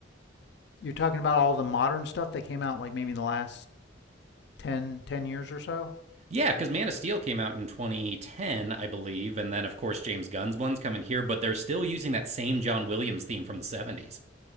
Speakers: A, on the left; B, on the right.
A: you're talking about all the modern stuff that came out, like maybe in the last ten, 10 years or so.
B: Yeah, because Man of Steel came out in 2010, I believe, and then of course James Gunn's one's coming here, but they're still using that same John Williams theme from the 70s.